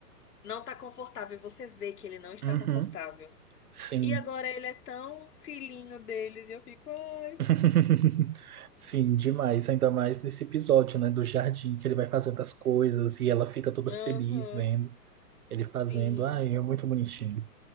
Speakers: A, on the left; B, on the right.
A: Não tá confortável. E Você vê que ele não está
B: uhum,
A: confortável.
B: sim.
A: E agora ele é tão filhinho deles. E eu fico, ai.
B: <laughs> Sim, demais. Ainda mais nesse episódio, né? Do jardim, que ele vai fazendo as coisas e ela fica toda
A: Aham,
B: feliz vendo ele
A: sim.
B: fazendo. Ai, é muito bonitinho.